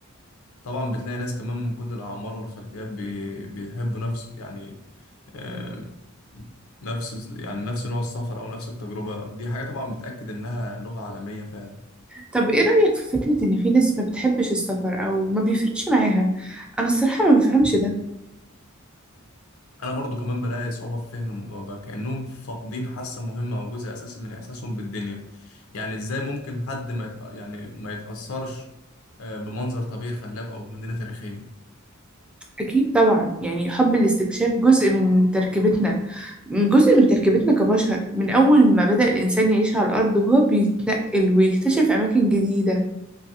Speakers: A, on the left (about 80°); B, in the centre.
A: طبعا بتلاقي ناس كمان من كل الأعمار والخلفيات بي- بيحبوا نفس يعني آه، نفس يعني نفس نوع السفر أو نفس التجربة دي حاجة طبعا بتأكد إنها لغة عالمية فعلا
B: طب ايه رأيك في فكرة ان في ناس ما بتحبش السفر او ما بيفرقش معاها انا الصراحة ما بفهمش ده
A: أنا برضو كمان بلاقي صعوبة في فهم الموضوع ده كأنهم فاقدين حاسة مهمة أو جزء أساسي من إحساسهم بالدنيا يعني إزاي ممكن حد ما يتأ... يعني ما يتأثرش آه، بمنظر طبيعي خلاب أو مدينة تاريخية
B: اكيد طبعا يعني حب الاستكشاف جزء من تركيبتنا من جزء من تركيبتنا كبشر من اول ما بدأ الانسان يعيش على الارض وهو بيتنقل ويكتشف اماكن جديدة